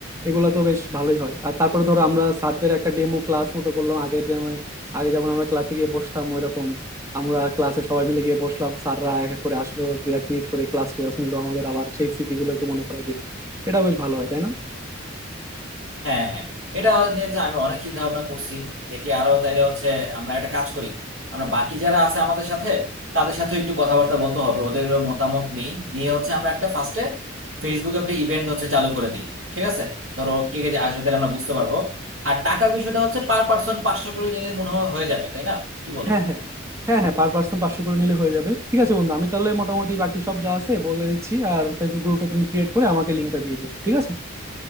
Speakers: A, on the right; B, on the right.
A: এগুলো তো বেশ ভালোই হয় আর তারপরে ধরো আমরা স্যারদের একটা ডেমো ক্লাস মতো করলাম আগে যেমন আগে যেমন আমরা ক্লাসে গিয়ে বসতাম ওইরকম আমরা ক্লাসে সবাই মিলে গিয়ে বসলাম স্যাররা এক এক করে আসলো দু এক মিনিট করে ক্লাস ক্লাস নিলো আমাদের আবার সেই স্মৃতিগুলো একটু মনে করাই দিল এটাও বেশ ভালো হয় তাই না
B: হ্যাঁ হ্যাঁ এটা নিয়ে যে আমি অনেক চিন্তা ভাবনা করছি দেখি আরো তাইলে হচ্ছে আমরা একটা কাজ করি আমরা বাকি যারা আছে আমাদের সাথে তাদের সাথে একটু কথাবার্তা বলতে হবে ওদের মতামত নেই নিয়ে হচ্ছে আমরা একটা ফার্স্টে ফেসবুকে একটা ইভেন্ট হচ্ছে চালু করে দিই ঠিক আছে ধরো কে কে যে আসবে তাহলে আমরা বুঝতে পারবো আর টাকার বিষয়টা হচ্ছে পার পার্সন পাঁচশো করে নিলে মনে হয় হয়ে যাবে তাই না কি বলো
A: হ্যাঁ হ্যাঁ হ্যাঁ হ্যাঁ পার পার্সন পাঁচশো করে নিলে হয়ে যাবে ঠিক আছে বন্ধু আমি তাহলে মোটামুটি বাকি সব যা আছে বলে দিচ্ছি আর ফেসবুক গ্রুপটা তুমি ক্রিয়েট করে আমাকে লিঙ্কটা দিয়ে দিও ঠিক আছে